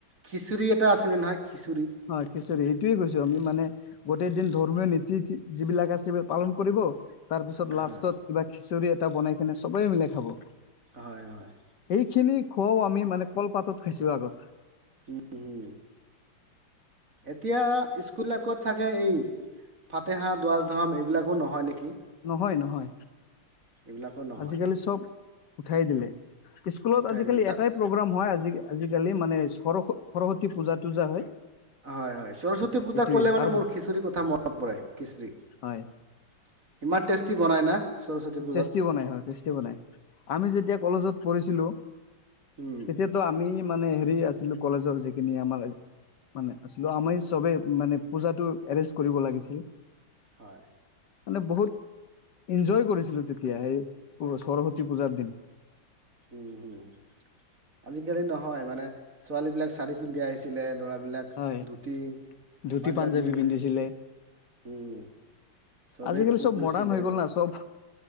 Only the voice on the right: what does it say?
খিচিৰি এটা আছিল যে নহয়। খিচিৰি
হয়
হয়-হয়।
উম উম। এতিয়া স্কুলবিলাক ক'ত চাগে এই ফাতেহাহ, দুৱছ ধাম এইবিলাকো নহয় নেকি?
এইবিলাকো নহয়
উঠাই
দিল তাৰ
হয়, হয় সৰস্বতী পূজা
কলে মানে
মোৰ খিচৰি কথা মনত পৰে খিচৰি
<unintelligible> না সৰস্বতী পূজাত
উম
হয়
উম হম আজিকালি নহয় মানে ছোৱালী বিলাক চাৰি পিন্ধি আহিছিলে ল'ৰা বিলাক
ধুতি
পাঞ্জাবী
উম। চবেই
ফুট
লৈছিলে